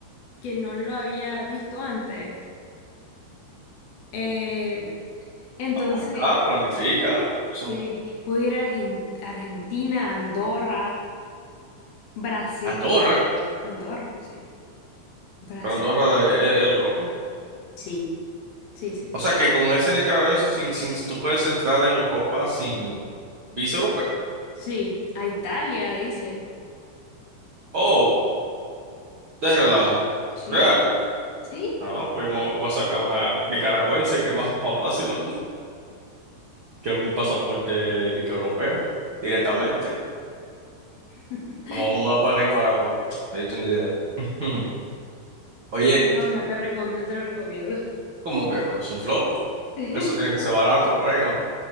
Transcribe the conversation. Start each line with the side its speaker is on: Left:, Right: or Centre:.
Left: que no lo había visto antes. Eh, entonces,
Right: ah, pues ahí está, planifícalo. Eso,
Left: sí, puedo ir a Argen- Argentina, Andorra, Brasil.
Right: Andorra,
Left: Andorra, sí. Brasil.
Right: pero Andorra de, es- es de Europa.
Left: Sí, sí, sí.
Right: O sea que con ese nicaragüense, sin, sin, tú puedes entrar en Europa sin visa europea.
Left: Sí, a Italia, dice.
Right: Oh, de relajo.
Left: Sí,
Right: Real.
Left: sí. ¿Sí?
Right: Ah, no, pues yo me voy a sacar una nicaragüense que es más, más fácil, ¿no? que un pasaporte dique europeo directamente.
Left: <laughs>
Right: Vamos a mudar para Nicaragua. Me diste una idea. <laughs> Oye,
Left: No, no te recomiendo, no te lo recomiendo.
Right: ¿cómo que no? ¿Es un flow?
Left: <laughs>
Right: Eso tiene que ser barato por ahí, ¿no?